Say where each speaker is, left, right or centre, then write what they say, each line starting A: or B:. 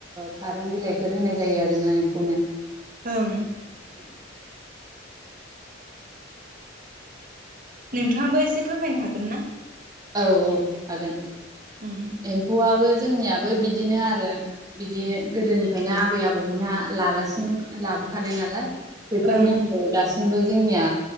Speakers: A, on the right (about 20°); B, on the right (about 45°).
A: खारं बिलाइफोर होनाय जायो आरो ना एम्फौनो
B: ओं
A: उम
B: नोंथाङाबो एसे फोरमायनो हागोन ना?
A: औ औ हागोन
B: ओं
A: एम्फौआबो जोंनियाबो बिदिनो आरो बिदि गोदोनिफ्रायनो आबै आबौमोनहा लागासिनो दं लाबोखानाय नालाय बेफोर
B: ओं
A: नेमखौ दास सिमबो जोंनिया